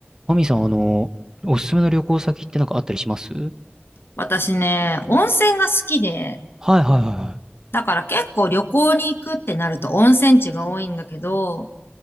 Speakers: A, on the right (about 15°); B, on the left (about 65°).
A: マミさん、あの、おすすめの旅行先ってなんかあったりします
B: 私ね、温泉が好きで、
A: はいはいはいはい。
B: だから結構旅行に行くってなると温泉地が多いんだけど、